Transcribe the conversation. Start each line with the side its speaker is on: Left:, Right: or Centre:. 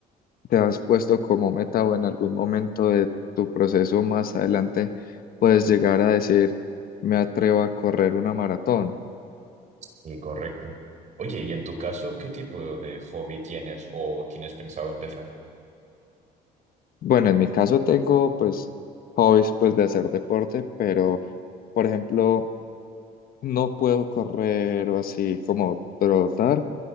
Left: te has puesto como meta o en algún momento de tu proceso más adelante puedes llegar a decir, me atrevo a correr una maratón.
Right: Y correcto. Oye, ¿y en tu caso, qué tipo de hobby tienes o tienes pensado empezar?
Left: Bueno, en mi caso tengo pues hobbies pues de hacer deporte, pero por ejemplo no puedo correr o así como trotar